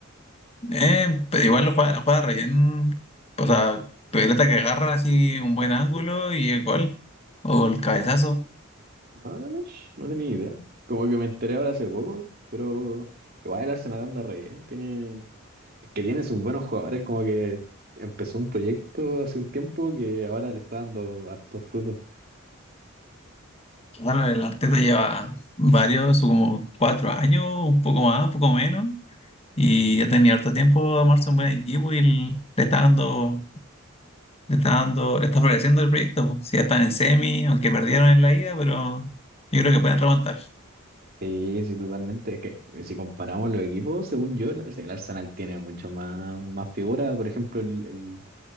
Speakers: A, on the left; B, on the right.
A: Eh, pero igual lo juega, lo juega re bien. O sea, pelota que agarra así un buen ángulo y el gol. O el cabezazo.
B: Ah, mish, no tenía idea. Como que me enteré ahora hace poco, pero igual el Arsenal anda re bien, tiene. Es que tiene sus buenos jugadores, como que empezó un proyecto hace un tiempo que ahora le está dando hartos frutos.
A: Bueno, el Arteta lleva varios, como cuatro años, un poco más, un poco menos. Y
B: Mm.
A: ya tenía harto tiempo a armarse un buen equipo y el- le está dando, le está dando, le está floreciendo el proyecto. po. Si ya están en semi, aunque perdieron en la ida, pero yo creo que pueden remontar.
B: Sí, sí, totalmente. Es que eh, si comparamos los equipos, según yo, el el Arsenal tiene mucho más, más figura. Por ejemplo, el, el,